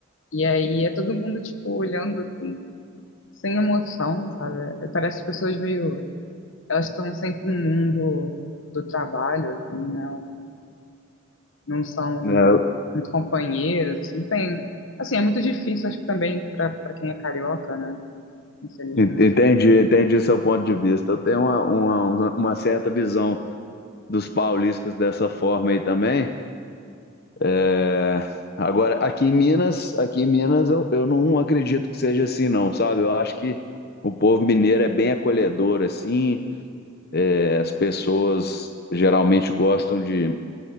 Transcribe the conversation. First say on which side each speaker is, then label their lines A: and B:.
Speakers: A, on the left (about 70°); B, on the left (about 50°).
A: E aí é todo mundo, tipo, olhando assim, sem emoção, sabe? É, Parece as pessoas meio. Elas estão sempre no mundo do trabalho, assim, né? não são
B: né?
A: muito companheiras, assim, não tem. Assim, é muito difícil, acho que também para para quem é carioca, né? Infelizmente.
B: Entendi, entendi seu ponto de vista. Eu tenho uma, uma, uma certa visão dos paulistas dessa forma aí também. É, Agora, aqui em Minas, aqui em Minas eu, eu não acredito que seja assim, não, sabe? Eu acho que o povo mineiro é bem acolhedor, assim. É, as pessoas geralmente gostam de,